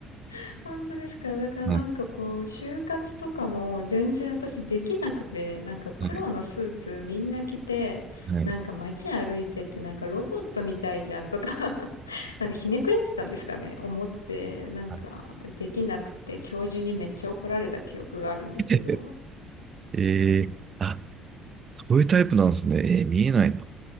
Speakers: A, on the left; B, on the right.
A: <laughs> 本当ですかだからなんかこう、
B: はい。
A: 就活とかも全然私できなくて、なんか黒のスーツみんな着て、
B: はい。はい。
A: なんか街歩いてってなんかロボットみたいじゃんとか <laughs> なんかひねくれてたんですかね思って、なんかできなくて、
B: は
A: 教授にめっちゃ怒られた記憶があるんですけど。
B: いえー、あ、そういうタイプなんですね。えー見えないな。